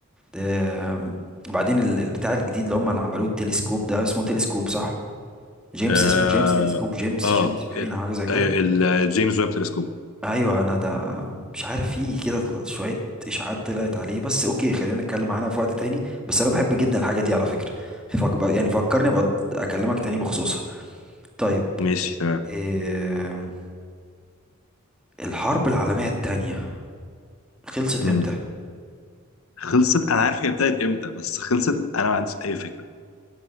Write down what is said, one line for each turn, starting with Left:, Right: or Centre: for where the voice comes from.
Centre: آم، وبعدين ال- البتاع الجديد اللي هم اللي عملوه التلسكوب ده اسمه تلسكوب صح جيمس
Left: اه
Centre: اسمه جيمس تلسكوب جيمس
Left: اه
Centre: جيمس باين
Left: ال-
Centre: أو حاجه زي كده
Left: أيوة، ال- الجيمس ويب تلسكوب
Centre: ايوه انا ده مش عارف فيه كده طل- شويه اشاعات طلعت عليه بس اوكي خلينا نتكلم عنها في وقت تاني بس انا بحب
Left: مم.
Centre: جدا الحاجه دي على فكره فك- بقى- يعني فكرني ابقى اكلمك تاني بخصوصها طيب
Left: ماشي تمام
Centre: آم، الحرب العالميه التانية خلصت
Left: مم.
Centre: امتى
Left: خلصت انا عارف هي ابتدت امتى بس خلصت انا ما عنديش اي فكره